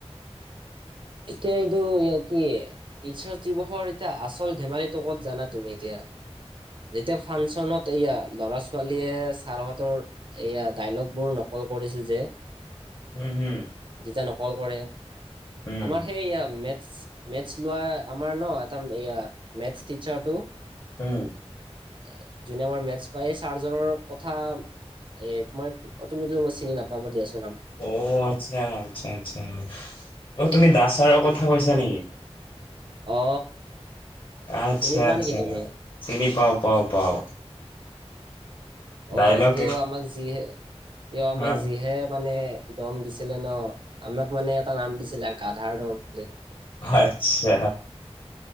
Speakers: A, on the right (about 50°); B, on the left (about 45°).
A: এতিয়া এইটো কি টিচাৰ্চ দিৱসৰ এতিয়া আচল ধেমালিটো কত জানা তুমি এতিয়া যেতিয়া ফাংচনত এয়া ল'ৰা ছোৱালীয়ে ছাৰহঁতৰ এয়া ডাইলগ বোৰ নকল কৰিছিল যে
B: হম হম
A: যেতিয়া নকল কৰে
B: হম
A: আমাৰ সেইয় ম মেথছ লোৱা আমাৰ ন এটা এ মেথ টিচাৰটো
B: হম
A: এ যোনে আমাৰ মেথছ পায় চাৰজনৰ কথা এ তোমাৰ তুমিতো চিনি নাপাব বুলি আছ
B: অ আচ্ছা আচ্ছা আচ্ছা অ তুমি দাস ছাৰৰ কথা কৈছা নেকি
A: অ
B: আচ্ছা
A: চিনি পোৱা
B: আচ্ছা
A: নেকি তুমি?
B: চিনি পাও পাও পাও ডাইলগ
A: অ তেওঁ আমাক যিহে এ আমাক
B: হা
A: যিহে মানে দম দিছিলে ন আমাক মানে এটা নাম দিছিলে গাধাৰ দৰলে
B: আচ্ছা